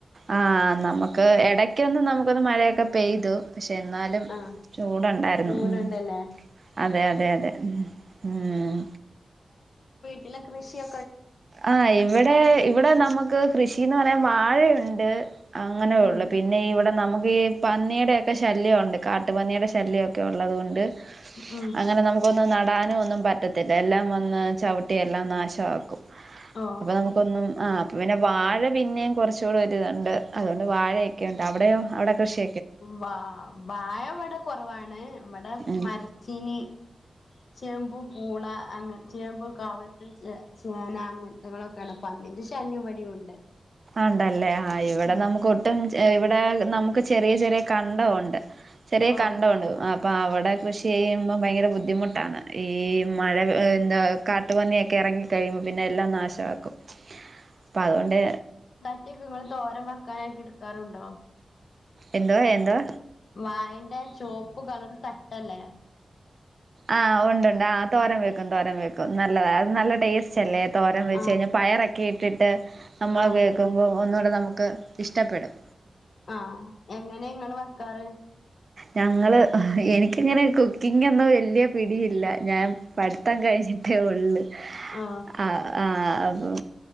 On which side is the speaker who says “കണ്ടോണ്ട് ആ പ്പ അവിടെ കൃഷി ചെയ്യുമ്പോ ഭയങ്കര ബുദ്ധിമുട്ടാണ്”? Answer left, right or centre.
Right